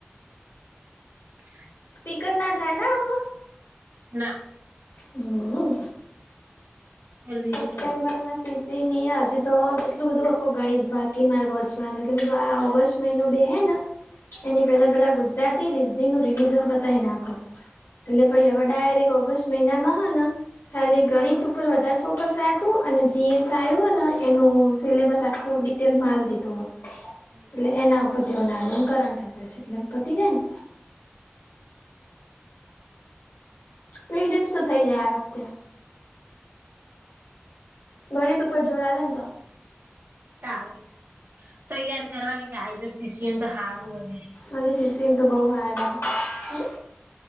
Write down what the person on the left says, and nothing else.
સ્પીકર ના થાય ને આમ
હમ
સેપ્ટેમ્બરમાંસી
તે આજે તો એટલું બધું આખું ગણિત બાકી માર વોંચવાનું એટલે જો આ ઓગસ્ટ મહિનો બે હૈ ને.
એની પેલા પેલા ગુજરાતી રિઝી નું રિવિઝન પતાવી નાખુ. એટલે પાઈ હવે ડાયરેક્ટર ઓગસ્ટ મહિનામાં હોને ખાલી ગણિત ઉપર વધારે. ફોકસ રાખ અને જીએસ આવ્યું અને એનું સિલેબસ આખું ડિટેલ માલ દીધું હોય.
એટલે એના પતિઓને કરંટ અફેર્સ એટલે પતિ જાયને. પ્રિલીયમ્સ તો થઈ જાય આ વખતે. ગણિત ઉપર જોર આલે તો.
અલી શિસ તો બઉુ હે હમ